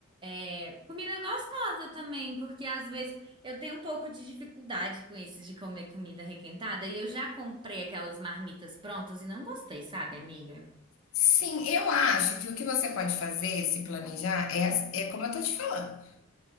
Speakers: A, on the right; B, on the left.
A: é, comida gostosa também, porque às vezes eu tenho um pouco de dificuldade com isso de comer comida requentada e eu já comprei aquelas marmitas prontas e não gostei, sabe, amiga?
B: Sim, eu acho que o que você pode fazer, se planejar, é, é como eu tô te falando.